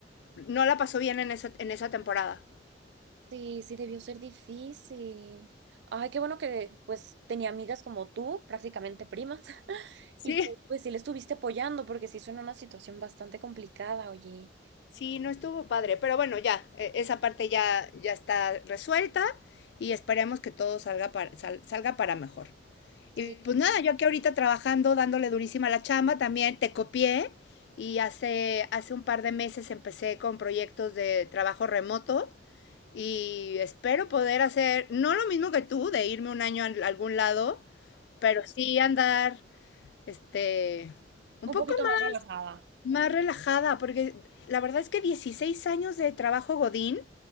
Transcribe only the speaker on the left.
no la pasó bien en esa, en esa temporada.
Sí.
Sí, no estuvo padre, pero bueno, ya, e- esa parte ya, ya está resuelta y esperemos que todo salga para, sal- salga para mejor.
Y pues nada, yo aquí ahorita trabajando, dándole durísima a la chamba, también te copié y hace, hace un par de meses empecé con proyectos de trabajo remoto Y espero poder hacer, no lo mismo que tú, de irme un año a algún lado, pero sí andar, este, un
poco
más,
más relajada, porque la verdad es que 16 años de trabajo Godín